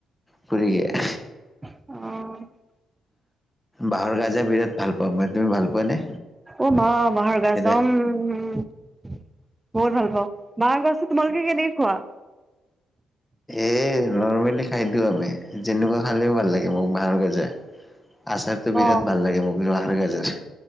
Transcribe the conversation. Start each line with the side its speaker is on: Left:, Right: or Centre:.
Centre: পুৰিকে।
Right: অঁ।
Centre: বাঁহৰ গাজা বিৰাট ভাল পাওঁ মই তুমি ভাল পোৱা নে?
Right: অ মাঁহ বাহৰ গাজ
Centre: এতিয়া
Right: আম বহুত ভাল পাওঁ। বাহ গাজটো তোমালোকে কেনেকে খোৱা?
Centre: এই নৰ্মেলি খাই দিওঁ আমি যেনেকুৱা খালেঁও ভাল লাগে মোক বাঁহৰ গজা। আচাৰটো বিৰাট
Right: অ
Centre: ভাল লাগে মোৰ বাঁহৰ গাজাৰ।